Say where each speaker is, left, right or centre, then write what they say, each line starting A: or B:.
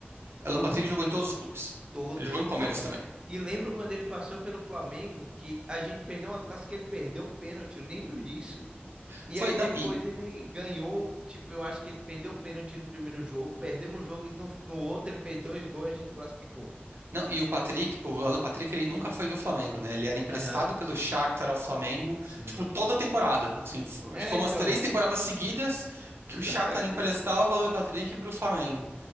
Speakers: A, on the right; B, on the right.
A: O Alan Patrick jogou em todos os clubes.
B: Todos.
A: Ele jogou no Palmeiras
B: Não,
A: também.
B: e lembro quando ele passou pelo Flamengo, que a gente perdeu uma taça que ele perdeu um pênalti, lembro disso. E
A: Foi,
B: aí
A: não,
B: depois
A: e,
B: ele ganhou, tipo, eu acho que ele perdeu o pênalti no primeiro jogo, perdemos o jogo e no, no outro ele fez dois gols e a gente classificou.
A: não, e o Patrick, o Alan Patrick, ele nunca foi do Flamengo, né? Ele era emprestado
B: Aham,
A: pelo Shakhtar ao Flamengo,
B: sim.
A: tipo, toda a temporada. Assim, f- acho
B: É,
A: que foi
B: então,
A: umas três temporadas seguidas que
B: <laughs> exatamente.
A: o Shakhtar emprestava o Alan Patrick pro Flamengo.